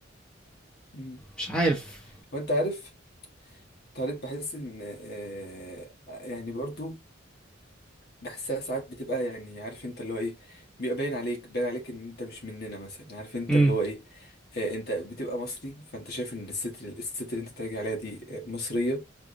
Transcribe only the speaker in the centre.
مش عارف
امم